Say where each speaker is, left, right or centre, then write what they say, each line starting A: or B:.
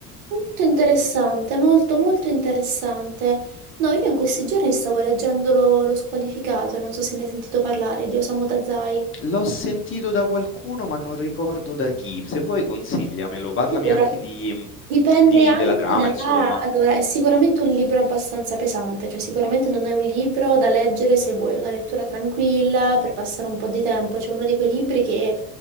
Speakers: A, on the right (about 65°); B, on the left (about 25°).
A: Molto interessante, molto molto interessante. No, io in questi giorni stavo leggendo Lo, lo squalificato, non so se ne hai sentito parlare, di Osamu Dazai.
B: L'ho sentito da qualcuno, ma non ricordo da chi. Se vuoi consigliamelo, parlami
A: Allora,
B: anche di,
A: Dipende
B: di-
A: anche
B: della trama,
A: da...
B: insomma.
A: Allora, è sicuramente un libro abbastanza pesante, cioè sicuramente non è un libro da leggere se vuoi una lettura tranquilla per passare un po' di tempo. C'è uno di quei libri che